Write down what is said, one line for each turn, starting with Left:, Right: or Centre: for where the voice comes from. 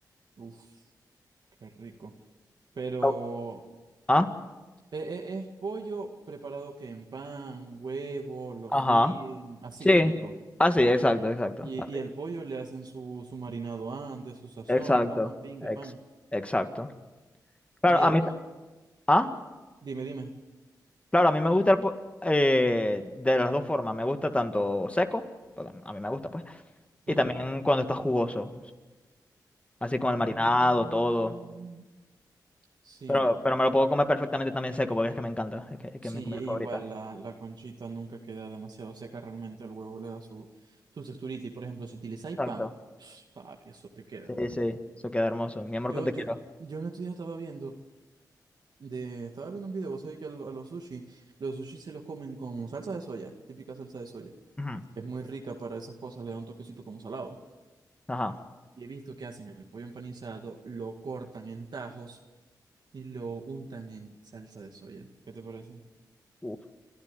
Right: uf, qué rico. Pero
Left: Oh. ¿Ah?
Right: ¿e- e- es pollo preparado que en pan, huevo, lo
Left: Ajá.
Right: fríen, así
Left: Sí.
Right: típico.
Left: Ah, sí, exacto, exacto.
Right: Y,
Left: Así.
Right: y el pollo le hacen su, su marinado antes, su sazón,
Left: Exacto.
Right: broma, pingue,
Left: Ex-
Right: pan.
Left: exacto. Claro,
Right: Y ya
Left: a
Right: vos
Left: mí...
Right: como,
Left: ta- ¿Ah?
Right: dime, dime.
Left: Claro, a mí me gusta el po- eh, de las dos formas. Me gusta tanto seco, porque a mí me gusta, pues.
Right: ¿Ok?
Left: Y también cuando está jugoso, así con
Right: Mm,
Left: el marinado, todo.
Right: sí.
Left: Pero, pero me lo puedo comer perfectamente también seco, porque es que me encanta, es que, es que
Right: Sí,
Left: es mi comida
Right: e
Left: favorita.
Right: igual la, la conchita nunca queda demasiado seca, realmente el huevo le da su, su texturita. Y por ejemplo, si utilizáis
Left: Exacto.
Right: pan, pues, papi, eso te queda. mira.
Left: Sí, sí, eso queda hermoso. Mi amor,
Right: Yo,
Left: con te
Right: yo,
Left: quiero.
Right: yo en estos días estaba viendo, de, estaba viendo un video, vos sabés que a, lo- a los sushi, los sushi se los comen con salsa de soya, típica salsa de soya.
Left: Ujú.
Right: Es muy rica para esas cosas, le da un toquecito como salado.
Left: Ajá.
Right: Y he visto que hacen el pollo empanizado, lo cortan en tajos y lo untan en salsa de soya. ¿Qué te parece?
Left: Uf,